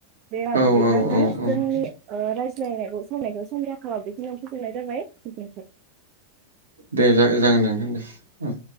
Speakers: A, on the right; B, on the right.
A: दे होमबा
B: औ
A: बिदिब्ला
B: औ
A: नोंथां
B: औ
A: जोंनि
B: औ
A: ओ सिनाय सावनायखौ समनिखा आंखालाव बेखिनिआवनो फोजोबनाय जाबाय गोजोनथों
B: दे जागो जागोन दे नोंथां ओ